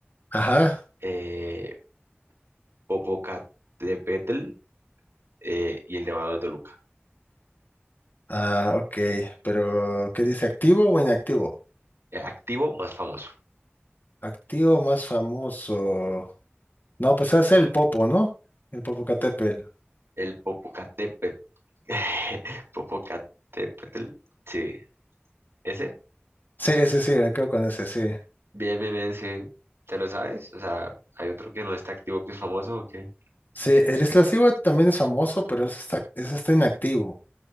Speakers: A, on the left; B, on the right.
A: Ajá.
B: eh, Popocatépetl eh, y el Nevado de Toluca.
A: Ah, ok. Pero, ¿qué dice? ¿Activo o inactivo?
B: Eh, activo más famoso.
A: Activo más famoso. No, pues es el Popo, ¿no? El Popocatépetl.
B: El Popocatépetl. <laughs> Popocatépetl. Sí, ese.
A: Sí, sí, sí, me quedo con ese, sí.
B: Bien, bien, bien, sí. ¿Te lo sabes? O sea, hay otro que no está activo que es famoso o qué?
A: Sí, el Iztaccíhuatl también es famoso, pero ese está, ese está inactivo.